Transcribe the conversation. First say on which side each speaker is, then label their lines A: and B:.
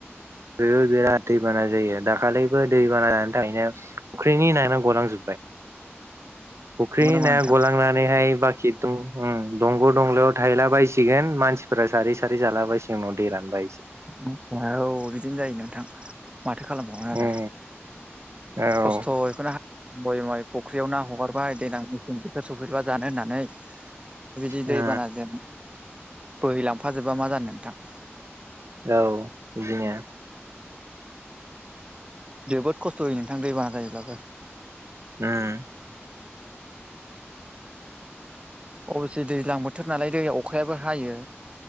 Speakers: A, on the right; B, on the right.
A: बेबो बिराद दैबाना जायो दाखालिबो दैबाना जानायनि थाखायनो फख्रिनि नाया गलांजोबबाय फुख्रि
B: नंगौ नामा
A: नाया
B: नोंथां
A: गलांनानैहाय बाखि
B: <inaudible>
A: दंग' दंलायाव थायला बायसिगोन मानसिफोरा सारै सारै जाला बायसिगोन उनाव दै रानबा
B: <unintelligible> औ बिदिनो जायो नोंथां माथो खालामबावोन आरो
A: उम औ
B: खस्थ' बेखौनो बय मय फुख्रियाव ना हगारबाय देनां मेसें बोथोर सौफैबा जानो होननानै बिदि
A: उम
B: दैबानाजों बोहैलांफाजोबा मा जानो नोंथां
A: औ बिदिनो।
B: जोबोद खस्थ' होयो नोंथां दैबाना जायोब्लाबो।
A: उम
B: अबसे दैज्लां बोथोर नालाय दैया अखायाबो हायो